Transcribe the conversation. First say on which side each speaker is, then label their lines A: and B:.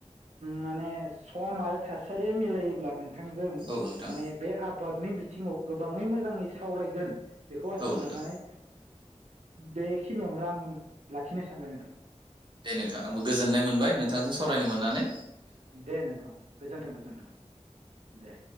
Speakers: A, on the right; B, on the right.
A: माने सम थास सारि मिलायोब्ला नों बिथांजों
B: औ नोंथां
A: माने बे आबादनि बिथिङाव गोबाङै मोजाङै सावरायगोन बेखौ आसा
B: औ
A: खालामनानै
B: नोंथां
A: बेखिनियावनो आं लाखिनो सानबाय नोंथां।
B: दे नोंथां आंबो गोजोननाय मोनबाय नोंथांजों सावरायनो मोननानै।
A: दे नोंथां गोजोन्थों गोजोन्थों। दे।